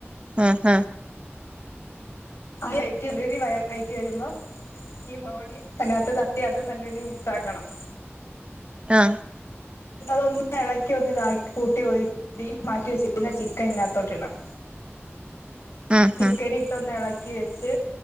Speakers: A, on the right; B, on the left.
A: ആഹ
B: <unintelligible> വയറ്റി വരുമ്പോ ഈ മോടി അതിനത്ത് തട്ടി അത് നല്ല രീതി മിക്സ് ആക്കണം
A: ആ
B: അതൊന്ന് ഇളക്കി ഒന്ന് ഇതാക്കി കൂട്ടി ഒഴി മാറ്റി വെച്ചുന്ന ചിക്കൻ ഇനാത്തോട്ട ഇടണം
A: <inaudible> ആഹ്
B: ചിക്കൻ
A: ആഹ്
B: ഇട്ടൊന്ന് ഇളക്കി വെച്ച്